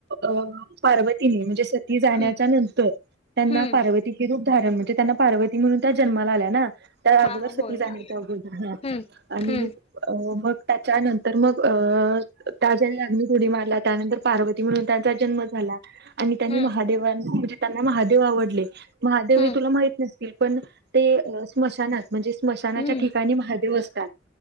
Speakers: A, on the right (about 60°); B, on the left (about 30°).
A: अ पार्वतीने म्हणजे सती जाण्याच्या
B: हम्म
A: नंतर त्यांना
B: हम्म
A: पार्वतीचे रूप धारण म्हणजे त्यांना पार्वती म्हणून त्या जन्माला आल्या ना त्या अगोदर
B: हा होय
A: सती जाण्या
B: हम्म
A: <unintelligible> आणि.
B: हम्म
A: अ मग त्याच्यानंतर मग अ त्या ज्यानी अग्नित ऊडी मारला त्यानंतर पार्वती म्हणून त्यांचा जन्म झाला आणि त्यांनी
B: हम्म
A: महादेवांना म्हणजे त्यांना महादेव आवडले. महादेव
B: हम्म
A: हे तुला माहित नसतील पण ते अ स्मशानात म्हणजे स्मशानाच्या
B: हम्म
A: ठिकाणी महादेव असतात